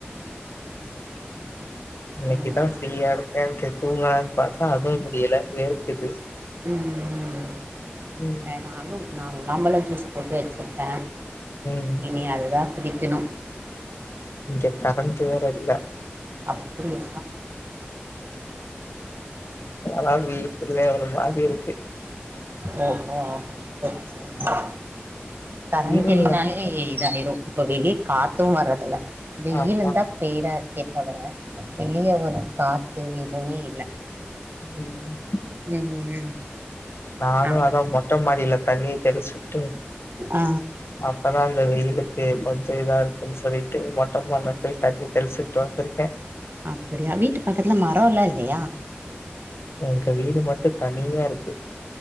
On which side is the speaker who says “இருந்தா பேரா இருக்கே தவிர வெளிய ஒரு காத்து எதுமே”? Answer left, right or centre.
Right